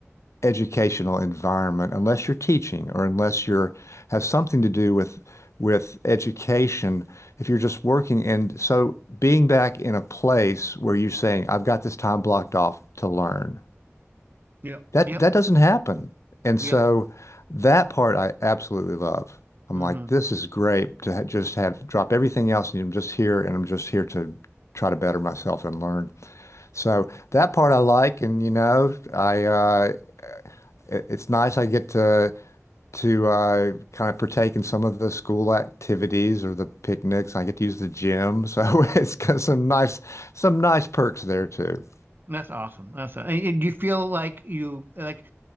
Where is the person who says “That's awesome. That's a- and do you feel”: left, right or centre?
Right